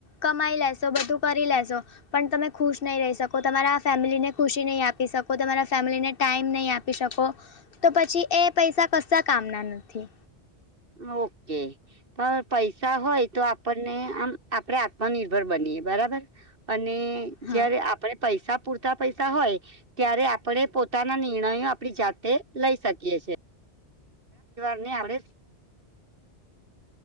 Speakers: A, on the left (about 55°); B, on the right (about 55°).
A: કમાઈ લેશો બધું કરી લેશો. પણ તમે ખુશ નહી રહી શકો, તમારા ફેમિલીને ખુશી નહી આપી શકો, તમારા ફેમિલીને ટાઈમ નહી આપે. આપી શકો તો, પછી એ પૈસા કશાય કામ ના નથી.
B: ઓકે. પણ પૈસા હોય તો, આપણને આમ આપડે આત્મનિર્ભર બનીએ બરાબર. અને
A: હા
B: જયારે આપડે પૈસા પૂરતા પૈસા હોય. ત્યારે આપણે પોતાના નિર્ણયો આપડી જાતે લઈ શકીએ છીએ. ને આપડે